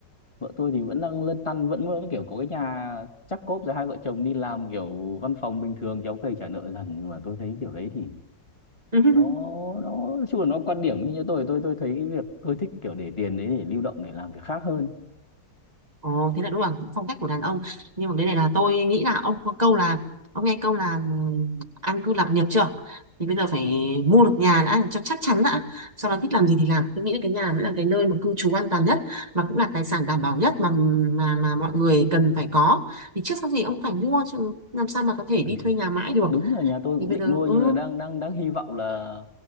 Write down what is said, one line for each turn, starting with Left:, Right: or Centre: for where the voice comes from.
Left: vợ tôi thì vẫn đang lăn tăn vẫn vẫn kiểu có cái nhà chắc cốp rồi hai vợ chồng đi làm kiểu văn phòng bình thường kéo cày trả nợ dần nhưng mà tôi thấy kiểu đấy thì
Right: <laughs>
Left: nó nó nói chung là nó quan điểm như tôi tôi tôi thấy cái việc tôi thích kiểu để tiền đấy để lưu động để làm việc khác hơn
Right: Ồ, thế là đúng là phong cách của đàn ông nhưng mà bên này là tôi nghĩ là ông có câu là ông nghe câu là ừm, an cư lạc nghiệp chưa thì bây giờ phải mua được nhà đã cho chắc chắn đã sau đó thích làm gì thì làm tôi nghĩ là cái nhà mới là cái nơi mà cư trú an toàn nhất và cũng là tài sản đảm bảo nhất mà mà mà mọi người cần phải có thì trước sau gì ông cũng phải mua chứ làm sao mà có thể
Left: Ừ,
Right: đi
Left: thì
Right: thuê nhà mãi được
Left: đúng là nhà tôi
Right: thì
Left: cũng
Right: bây
Left: định
Right: giờ
Left: mua
Right: ừ,
Left: nhưng mà đang đang đang hy vọng là